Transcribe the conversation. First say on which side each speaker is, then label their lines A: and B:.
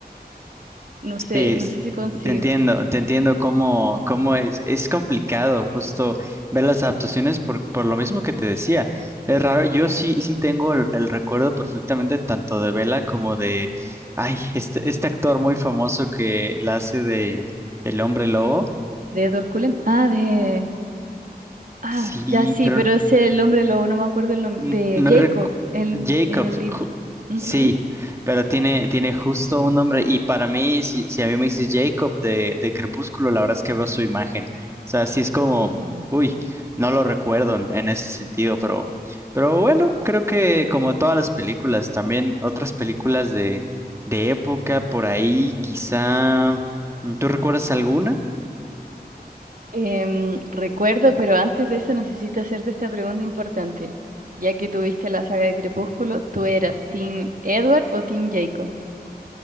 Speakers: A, on the right (about 55°); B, on the right (about 15°).
A: no sé,
B: Sí,
A: no
B: s-
A: sé si consigo.
B: te entiendo, te entiendo cómo, cómo es, es complicado justo ver las adaptaciones por, por lo mismo que te decía. Es raro, yo sí, sí tengo el, el recuerdo perfectamente tanto de Bella como de, ay, este, este actor muy famoso que la hace de El Hombre Lobo.
A: ¿De Edward Cullen? Ah, de... Ah,
B: Sí,
A: ya sí,
B: pero
A: pero ese el hombre lobo, no me acuerdo el nombre,
B: N-
A: de
B: No
A: Jacob
B: recu-
A: en,
B: Jacobs,
A: en el libro.
B: ju-
A: Ujú.
B: sí, pero tiene, tiene justo un nombre. Y para mí, si, si a mí me dices Jacob de, de Crepúsculo, la verdad es que veo su imagen. O sea, sí es como,
A: Ujú.
B: uy, no lo recuerdo en en ese sentido, pero, pero bueno, creo que como todas las películas, también otras películas de, de época por ahí, quizá. ¿Tú recuerdas alguna?
A: Em, recuerdo, pero antes de eso necesito hacerte esta pregunta importante. Ya que tuviste la saga de Crepúsculo, ¿tú eras Team Edward o Team Jacob?